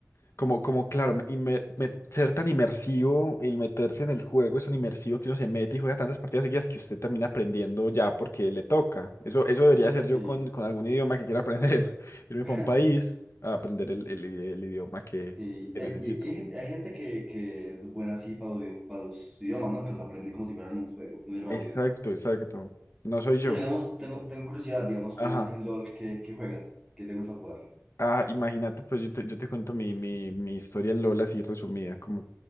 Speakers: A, on the left; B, in the centre.
A: Como, como, claro, me- inme- me- ser tan inmersivo, el meterse en el juego es tan inmersivo que uno se mete y juega tantas partidas seguidas que usted termina aprendiendo ya porque le toca. Eso, eso debería ser yo
B: Sí.
A: con, con algún idioma que quiera aprender. <laughs> Irme
B: <laughs>
A: para un país a aprender el, el- el idioma que,
B: Y
A: que
B: hay,
A: necesito.
B: y hay- y hay gente, hay gente que, que es buena así para los, video- para los idiomas, ¿no? Que los aprende como si fueran un juego, muy rápido.
A: Exacto, exacto. No soy yo.
B: Pero digamos, tengo, tengo curiosidad, digamos,
A: Ajá.
B: tú en, en LOL, ¿qué, qué juegas? ¿Qué te gusta jugar?
A: Ah, imagínate, pues yo te, yo te cuento mi, mi, mi historia en LOL así resumida. Como